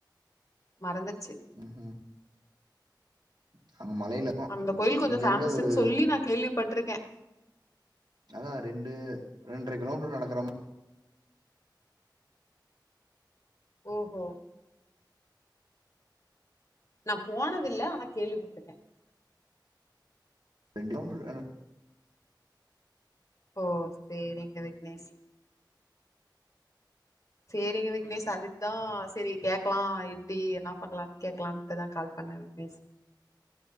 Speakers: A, on the left; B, on the right.
A: மறந்து
B: உம் உம் <inaudible>
A: அந்த
B: அது
A: கோயில் கொஞ்ச
B: இங்க
A: பேமஸ்ன்னு
B: இருந்து ஒரு
A: சொல்லி நான் கேள்விப்பட்டிருக்கேன்
B: அதான் ரெண்டு ரெண்டரை கிலோமீட்டர் நடக்கற மா
A: ஓஹ் ஓஹ் நா போனதில்ல ஆனா கேள்விப்பட்டிருக்கேன்
B: ரெண்டு கிலோ மீட்டர்
A: ஓ சேரிங்க விக்னேஷ் சேரிங்க விக்னேஷ் அதுக்குதான் சேரி கேக்கலாம் இப்டி என்ன பண்ணலாம்னு கேக்கலாம்ட்டுதான் கால் பண்ணேன் விக்னேஷ்